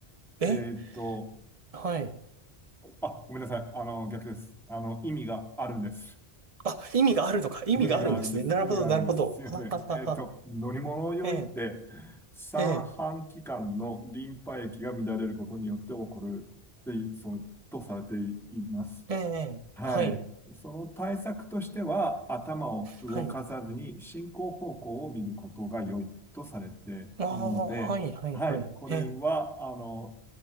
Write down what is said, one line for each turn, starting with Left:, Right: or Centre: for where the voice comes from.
Right: ー、
Centre: えーっと、
Right: え、はい。
Centre: あ、ごめんなさい。あの、逆です。あの、意味があるんです。
Right: あ、意味があるのか。意味があるんですね。
Centre: 意味があるんです。
Right: なるほど、
Centre: 意味があるんです。
Right: なるほど。
Centre: すいません。
Right: あははは。
Centre: えーっと、乗り物用いって、
Right: ええ、
Centre: 三半規管のリンパ液が乱れることによって起こるって、
Right: ええ。
Centre: そう、とされています。
Right: ええ、
Centre: はい。
Right: はい、
Centre: その対策としては、頭を動かさずに進行方向を見ることが良いとされているので、
Right: はい。ああ、はい、はい、
Centre: はい。
Right: はい。
Centre: これは、
Right: ええ、
Centre: あの、